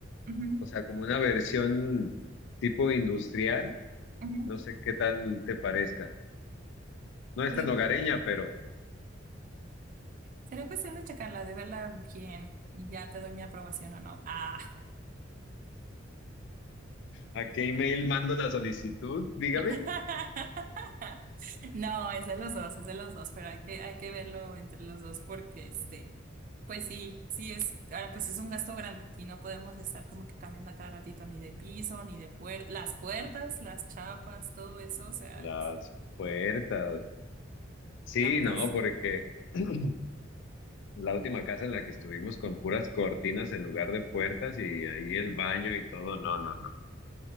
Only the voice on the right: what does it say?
ujú,
ujú.
Pues
igual,
sería cuestión de checarla, de verla bien y ya te doy mi aprobación o no. Ah.
<laughs> No, es de los dos, es de los dos, pero hay que, hay que verlo entre los dos porque este, pues sí, sí es, ah, pues es un gasto grande. y no podemos estar como que cambiando a cada ratito ni de piso, ni de puertas, las puertas, las chapas, todo eso, o sea,
es
blancas.